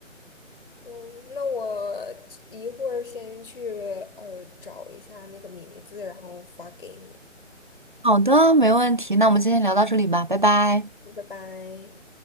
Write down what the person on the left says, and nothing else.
嗯，那我一会儿先去呃找一下那个名字，然后发给你。
拜拜。